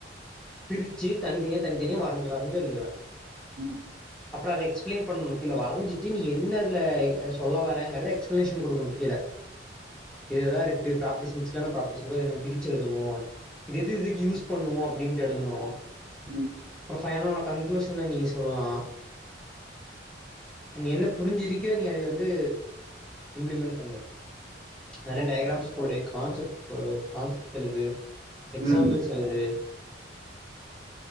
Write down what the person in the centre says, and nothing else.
பிரிச்சு தனித்தனியா தனித்தனியா வரஞ்சு வரஞ்சு எழுதுவே
அப்புறோ அத எக்ஸ்பிளைன் பண்ணணோ கீழ வரஞ்சிட்டு நீ என்ன இதுல அ சொல்ல வரேங்கறத எக்ஸ்பிளனேஷன் குடுக்கணோ கீழ இதுதா இருக்கு ப்ராபர்ட்டி மிகஸடான ப்ராபர்ட்டி இருக்குபோது நம்ம பிரிச்சுஎழுதவோ இது எது இதுக்கு யூஸ் பண்ணுவோ அப்டீன்டு எழுதுவோ
பையன்ல உன கன்களூஷன்ல நீ சொல்லலா என்ன புரிஞ்சு இருக்குயோ நீ அத வந்து இம்ப்ளிமெண்ட் பண்ணு நறைய
டயகிராம்ஸ் போடு கான்செப்ட் கான்செப்ட் எழுது எக்ஸாம்பிள்
செலது